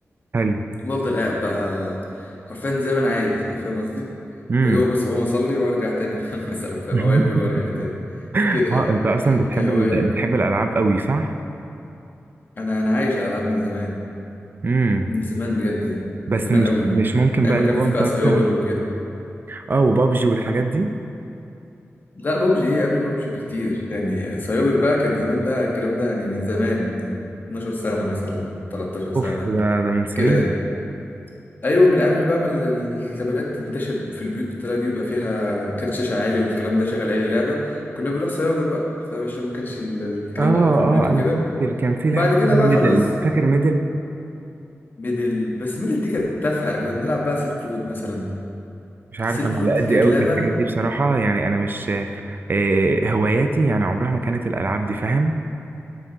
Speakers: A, on the right; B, on the left.
A: حلو
B: وافضل قاعد بقى حرفيا زي ما انا عايز بقى فاهم قصدي
A: امم
B: بدوق بس بقوم اصلي وارجع تاني <laughs> مثلا فاهم
A: <laughs>
B: او اكل وارجع تاني كده
A: اه انت اصلا
B: <laughs>
A: بتحب
B: كهوايه
A: ال...
B: كده
A: بتحب الالعاب قوي صح
B: انا انا عايش على الالعاب من زمان
A: امم
B: من زمان بجد يعني
A: بس
B: من زمان
A: مش
B: قوي من
A: مش ممكن
B: ايام
A: بقى
B: ما
A: اللي
B: كان
A: هو
B: في
A: انت
B: بقى
A: مثلا
B: سايبر وكده
A: اه وبابجي والحاجات دي
B: لا ببجي ايه قبل ببجي بكتير يعني سايبر بقى كان زمان بقى الكلام ده يعني من زمان من 12 سنة مثلا 13 سنة
A: اوف ده ده من سنين
B: كده يعني ايوه من قبل بقى ما ال- اللابات تنتشر في البيوت بالطريقة دي ويبقى فيها كارت شاشة عالي والكلام ده شغل اي لعبة كنا بنروح سايبر بقى سايبر عشان ما كانش ال- الكلام
A: اه
B: ده بقى في البيوت
A: اه انا
B: وكده
A: فاكر كان في لعبة
B: بعد كده
A: اسمها
B: بقى
A: ميدل
B: خلاص
A: فاكر ميدل
B: ميدل بس ميدل دي كانت تافهة يعني كنا بنلعب بقى سيلك رود مثلا
A: مش عارف
B: سيلك
A: انا
B: رود
A: على
B: دي
A: قد
B: كانت
A: قوي
B: لعبة
A: في الحاجات دي بصراحة يعني انا مش آه، هواياتي يعني عمرها ما كانت الالعاب دي فاهم